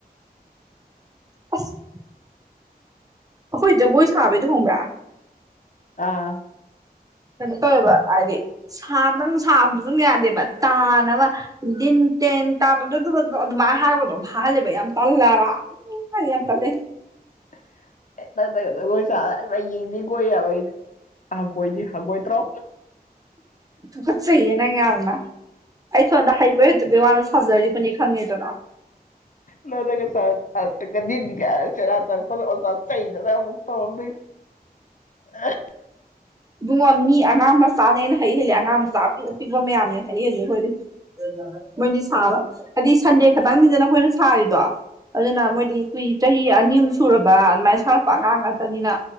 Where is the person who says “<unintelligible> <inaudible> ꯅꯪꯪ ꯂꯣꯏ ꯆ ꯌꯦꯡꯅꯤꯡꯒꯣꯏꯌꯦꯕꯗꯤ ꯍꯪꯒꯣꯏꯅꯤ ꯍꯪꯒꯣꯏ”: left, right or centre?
Left